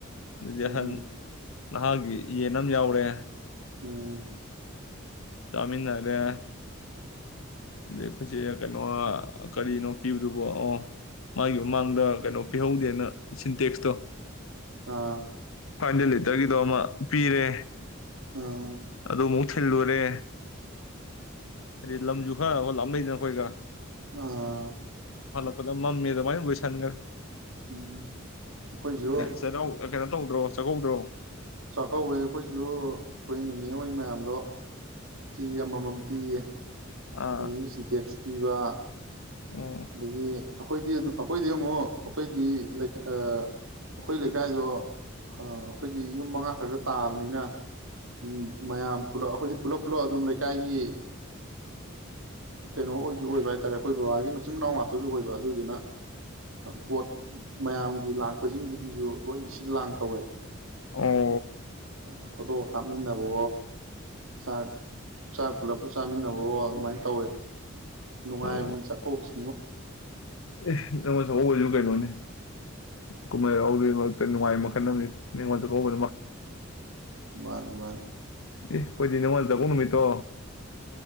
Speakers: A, on the left; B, on the right.
A: ꯑꯗꯨꯗꯩꯩ
B: ꯎꯝ
A: ꯍꯟ ꯅꯍꯥꯒꯤ ꯌꯦꯟ ꯑꯃ ꯌꯥꯎꯔꯦ
B: ꯎꯝ
A: ꯆꯥꯃꯤꯟꯅꯔꯦ ꯑꯗꯩ ꯑꯩꯈꯣꯏꯆꯦ ꯀꯩꯅꯣ ꯀꯔꯤꯅꯣ ꯄꯤꯕꯗꯨꯕ ꯑꯣ ꯃꯥꯒꯤ ꯃꯃꯥꯡꯗ ꯀꯩꯅꯣ ꯄꯤꯍꯧꯗꯦꯅ ꯁꯤꯟꯇꯦꯛꯁꯇꯣ
B: ꯑꯥ
A: ꯐꯥꯏꯕ ꯍꯟꯗꯔ꯭ꯗ ꯂꯤꯇꯔꯒꯤꯗꯣ ꯑꯃ ꯄꯤꯔꯦ
B: ꯑꯥ
A: ꯑꯗꯨꯃꯨꯛ ꯊꯤꯜꯂꯨꯔꯦ ꯑꯗꯩꯩ ꯂꯝꯖꯨ ꯍꯣꯏ ꯍꯣꯏ ꯂꯥꯞꯅꯩꯗꯅ ꯑꯩꯈꯣꯏꯒ
B: ꯑꯥ
A: ꯃꯝꯃꯤ ꯑꯗꯨꯃꯥꯏꯅ ꯂꯣꯏꯁꯤꯟꯈ꯭ꯔꯦ
B: ꯎꯝ ꯑꯩꯈꯣꯏꯁꯨꯨ
A: ꯆꯩꯔꯥꯎ ꯀꯩꯅꯣ ꯇꯧꯗ꯭ꯔꯣ ꯆꯥꯛꯀꯧꯗ꯭ꯔꯣ
B: ꯆꯥꯛꯀꯧꯋꯦ ꯑꯩꯈꯣꯏꯁꯨ ꯑꯩꯈꯣꯏ ꯅꯤꯅꯦ ꯍꯣꯏ ꯃꯌꯥꯝꯗꯣ ꯐꯤ ꯑꯃꯃꯝ ꯄꯤꯌꯦ
A: ꯑꯥ
B: ꯑꯗꯒꯤ ꯁꯤꯟꯇꯦꯛꯁ ꯄꯤꯕ
A: ꯎꯝ
B: ꯑꯗꯒꯤ ꯑꯩꯈꯣꯏꯗꯤ ꯑꯩꯈꯣꯏꯗꯤ ꯑꯃꯨꯛ ꯑꯩꯈꯣꯏꯗꯤ ꯑꯩꯈꯣꯏ ꯂꯩꯀꯥꯏꯗꯣ ꯑꯩꯈꯣꯏꯗꯤ ꯌꯨꯝ ꯃꯉꯥ ꯈꯛꯇ ꯇꯥꯕꯅꯤꯅ ꯎꯝ ꯃꯌꯥꯝ ꯂ ꯑꯩꯈꯣꯏꯗꯤ ꯄꯨꯂꯞ ꯄꯨꯂꯞ ꯑꯗꯨꯝ ꯂꯩꯀꯥꯏꯒꯤ ꯀꯩꯅꯣ ꯑꯣꯏꯁꯨ ꯑꯣꯏꯕ ꯍꯥꯏꯇꯥꯔꯦ ꯑꯩꯈꯣꯏ ꯕꯕꯥꯒꯤ ꯏꯆꯤꯟꯅꯥꯎ ꯉꯥꯛꯇꯁꯨ ꯑꯣꯏꯕ ꯑꯗꯨꯗꯨꯅ ꯄꯣꯠ ꯃꯌꯥꯝꯒꯤ ꯂꯥꯛꯄꯁꯤꯡꯗꯨꯒꯤꯁꯨ ꯂꯣꯏ ꯁꯤꯜ ꯂꯥꯡ ꯇꯧꯋꯦ
A: ꯑꯣ
B: ꯑꯣ ꯐꯣꯇꯣ ꯀꯥꯞꯃꯤꯟꯅꯕꯣ ꯆꯥꯛ ꯆꯥꯛ ꯄꯨꯂꯞꯄ ꯆꯥꯃꯤꯟꯅꯕꯣ ꯑꯗꯨꯃꯥꯏꯅ ꯇꯧꯋꯦ ꯅꯨꯡꯉꯥꯏꯕꯅꯤ
A: ꯑꯣ
B: ꯆꯥꯛꯀꯧꯕꯁꯦ
A: ꯑꯦ ꯑꯃ ꯍꯖ ꯀꯥꯏ ꯀꯅꯤ ꯀꯨꯃꯥꯏꯒ ꯅꯨꯡꯉꯥꯏ ꯃꯈꯜ ꯅꯪ ꯅꯤꯡꯉꯣꯟꯗ ꯀꯧꯕ
B: ꯃꯥꯅꯦ ꯋꯥꯟ
A: ꯑꯦ ꯑꯩꯈꯣꯏꯗꯤ ꯅꯤꯡꯅꯤꯉꯣꯜ ꯆꯧꯕ ꯅꯨꯃꯤꯠꯇꯣ